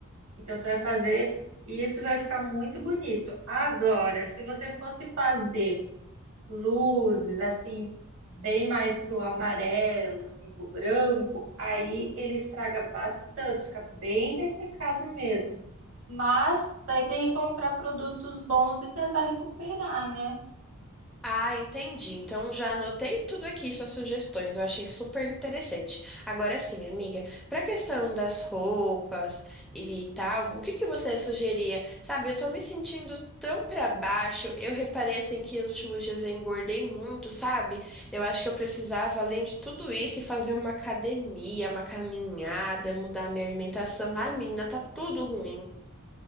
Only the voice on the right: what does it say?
Então você vai fazer e isso vai ficar muito bonito. Agora, se você fosse fazer luzes, assim, bem mais pro amarelo, assim, pro branco, aí ele estraga bastante, fica bem ressecado mesmo. Mas daí tem que comprar produtos bons e tentar recuperar, né?